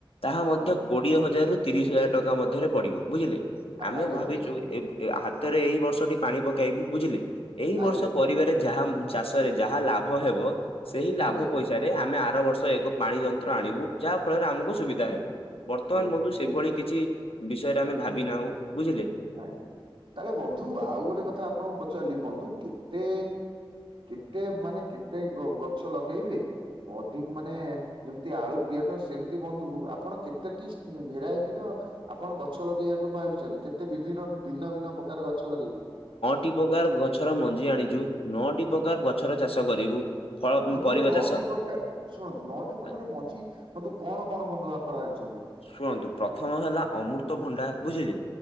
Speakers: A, on the left; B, on the right.
A: ତାହା ମଧ୍ୟ
B: ଆଜ୍ଞା
A: କୋଡିଏ ହଜାର, ରୁ ତିରିଶ ହଜାର ଟଙ୍କା ମଧ୍ୟରେ ପଡିବ ବୁଝିଲେ ଆମେ
B: ଆଜ୍ଞା
A: ଭାବିଛୁ
B: ବନ୍ଧୁ
A: ହାତରେ ଏଇ ବର୍ଷଟି ପାଣି ପକେଇବୁ ବୁଝିଲେ ଏଇ
B: ଆଜ୍ଞା
A: ବର୍ଷ ପରିବାରେ ଯାହା ଚାଷରେ ଯାହା ଲାଭ ହେବ ସେଇ ଲାଭ
B: ଆଜ୍ଞା।
A: ପଇସା ରେ ଆମେ ଆର ବର୍ଷ ଏକ ପାଣି ଯନ୍ତ୍ର ଆଣିବୁ ଯାହା ଫଳରେ ଆମକୁ ସୁବିଧା ହେବ। ବର୍ତ୍ତମାନ
B: ଓହୋ।
A: ବନ୍ଧୁ ସେଭଳି କିଛି ବିଷୟରେ ଆମେ ଭାବି
B: ହୁଁ
A: ନାହୁଁ ବୁଝିଲେ।
B: ଆଜ୍ଞା, ତାହେଲେ ବନ୍ଧୁ ଆଉ ଗୋଟେ କଥା ଆପଣଙ୍କୁ ପଚାରିଲି ବନ୍ଧୁ କେତେ କେତେ ମାନେ କେତେ ଗ ଗଛ ଲଗେଇବେ ଅଧିକ ମାନେ ଯେମିତି ଆଳୁ, ପିଆଜ ସେମିତି ବନ୍ଧୁ ଆପଣ କେତେଟି ସି ଭେରାଇଟିର ଆପଣ ଷୋଳ କେୟା କୁ ଭାବିଛନ୍ତି କେତେ ବିଭିନ୍ନ ଭିନ୍ନ ଭିନ୍ନ ପ୍ରକାର ଗଛ ଲଗେଇବେ।
A: ଟି ପ୍ରକାର ଗଛର ମଞ୍ଜି ଆଣିଛୁ ନଅଟି ପ୍ରକାର ଗଛର ଚାଷ କରିବୁ। ଫଳ
B: ବନ୍ଧୁ
A: ପରିବା
B: ନଅଟି
A: ଚାଷ
B: ପ୍ରକାର ଶୁଣନ୍ତୁ ନଅଟି ପ୍ରକାର
A: ଆ-
B: ମଞ୍ଜି ବନ୍ଧୁ କଣ, କଣ ବନ୍ଧୁ ଆପଣ ଆଣିଛନ୍ତି।
A: ଶୁଣନ୍ତୁ ପ୍ରଥମ ହେଲା ଅମୃତ ଭଣ୍ଡା ବୁଝିଲେ